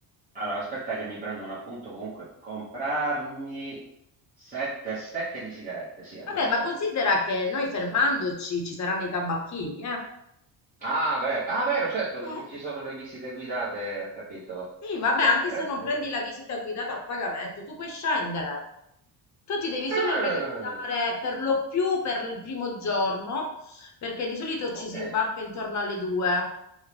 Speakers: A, on the right; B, on the left.
A: allora, aspetta che mi prendo un appunto comunque. Comprarmi sette stecche di sigarette, sì, almeno
B: Vabbè, ma
A: sette.
B: considera che noi fermandoci
A: Eh.
B: ci saranno i tabacchini, eh?
A: Ah, vero. Ah, vero, certo,
B: Eh.
A: perché ci sono le visite guidate, ho capito.
B: Sì, vabbè,
A: Perfetto.
B: anche se non
A: guarda.
B: prendi la visita guidata a pagamento, tu puoi scendere. Tu ti devi
A: Ah,
B: solo organizzare per lo più per il primo giorno, perché di solito
A: ok.
B: ci si imbarca intorno alle due.